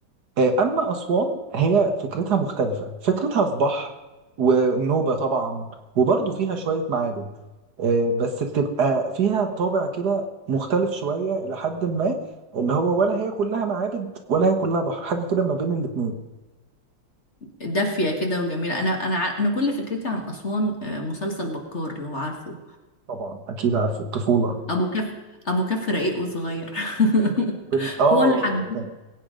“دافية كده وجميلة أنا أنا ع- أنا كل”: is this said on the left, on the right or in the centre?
Left